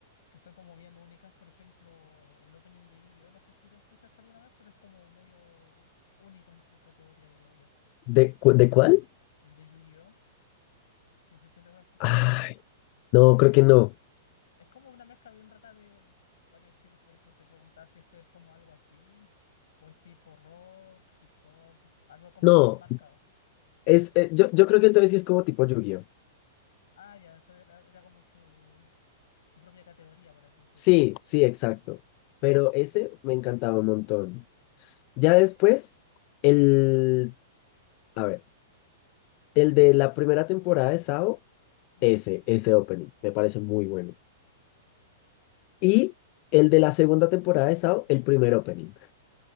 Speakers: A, on the left (about 70°); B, on the left (about 45°).
A: que son como bien únicas? Por ejemplo, el opening de Yu-Gi-Oh, no sé si lo escuchaste alguna vez, pero es como medio único en su categoría, diría yo.
B: ¿De, cu- de cuál?
A: el de Yu-Gi-Oh. No sé si lo has escuchado.
B: Ay, no, creo que no.
A: Es como una mezcla bien rara de varios estilos, por eso te preguntaba si es que es como algo así, o es tipo rock, hip hop, algo como
B: No,
A: bien marcado.
B: es, eh, yo, yo creo que entonces sí es como tipo Yu-Gi-Oh!
A: Ah, ya, entonces era, era como su, su propia categoría, por así decirlo.
B: Sí, sí, exacto. Pero ese me encantaba un montón. Ya después, el, a ver, el de la primera temporada de Sao,
A: Ujú.
B: ese, ese opening, me parece muy bueno. Y el de la segunda temporada de Sao, el primer opening.